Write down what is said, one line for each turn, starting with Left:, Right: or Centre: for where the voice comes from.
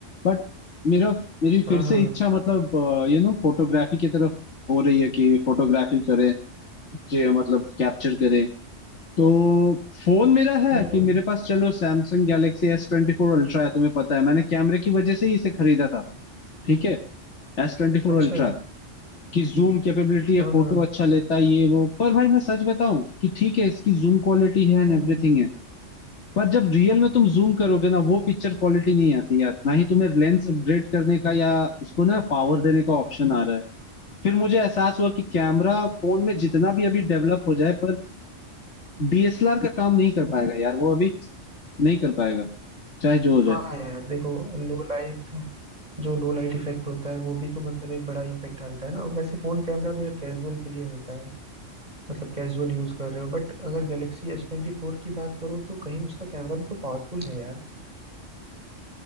Left: But मेरा मेरी
Right: हाँ
Left: फिर से
Right: हाँ हाँ
Left: इच्छा
Right: हाँ।
Left: मतलब यू नो फोटोग्राफी की तरफ हो रही है कि फोटोग्राफी करें जे मतलब कैप्चर करें तो फोन मेरा है
Right: हम्म हम्म,
Left: कि मेरे पास चलो सैमसंग गैलेक्सी एस ट्वेंटी फोर अल्ट्रा है तुम्हें पता है मैंने कैमरे की वजह से ही इसे खरीदा था ठीक है एस ट्वेंटी फोर
Right: अच्छा
Left: अल्ट्रा की जूम कैपेबिलिटी है
Right: हाँ
Left: फोटो
Right: हाँ
Left: अच्छा लेता है ये वो पर भाई मैं सच बताऊं कि ठीक है इसकी जूम क्वालिटी है एंड
Right: हम्म
Left: एवरीथिंग
Right: हम्म
Left: है पर जब रियल में तुम जूम करोगे ना वो पिक्चर क्वालिटी नहीं आती यार ना ही तुम्हें लेंस अपग्रेड करने का या उसको ना पावर देने का ऑप्शन आ रहा है फिर मुझे एहसास हुआ कि कैमरा फोन में जितना भी अभी डेवलप हो जाए पर डीएसएलआर का काम नहीं कर पाएगा यार वो अभी नहीं कर पाएगा चाहे जो हो जाए
Right: हाँ यार देखो लो लाइट जो लो लाइट इफेक्ट होता है वो भी तो मतलब एक बड़ा इम्पैक्ट डालता है ना वैसे फोन कैमरा तो यार कैजुअल के लिए होता है मतलब कैजुअल यूज कर रहे हो बट अगर गैलेक्सी एस ट्वेंटी फोर की बात करो तो कहीं उसका कैमरा भी तो पावरफुल है यार